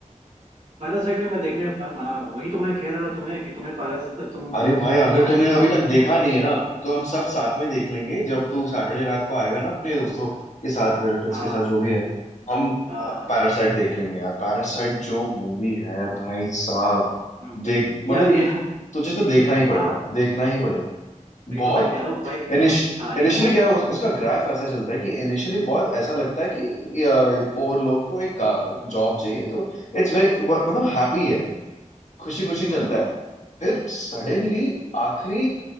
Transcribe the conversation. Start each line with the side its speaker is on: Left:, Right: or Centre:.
Right: पैरासाइट मैं देखने का प्लान बना रहा हूँ वही तो मैं कह रहा था तुम्हें कि तुम्हें पैरा तुम
Left: अरे भाई अगर
Right: तुम्हारे
Left: तूने
Right: घर
Left: अभी
Right: आऊंगा
Left: तक देखा नहीं है ना तो हम सब साथ में देख लेंगे जब तू सैटरडे रात को आएगा ना अपने दोस्तों के साथ रिलेटिव्स
Right: हाँ
Left: के साथ जो भी है हम
Right: हाँ हाँ
Left: पैरासाइट देख लेंगे यार पैरासाइट जो मूवी है भाई साहब
Right: हम्म।
Left: देख मतलब
Right: यार ये
Left: यू
Right: हाँ
Left: तुझे तो देखना ही
Right: हाँ
Left: पड़ेगा
Right: हाँ
Left: देखना ही पड़ेगा
Right: वही
Left: बहुत
Right: तो मैं कह रहा हूँ भाई कि
Left: इनिशियली
Right: तुम सारी मू-
Left: क्या है उस, उसका ग्राफ ऐसा चलता है कि इनिशियली बहुत ऐसा लगता है कि ये पोर लोग को एक जॉब चाहिए तो इट्स वेरी मतलब हैप्पी है खुशी खुशी चलता
Right: हम्म हम्म
Left: है फिर सडनली आखिरी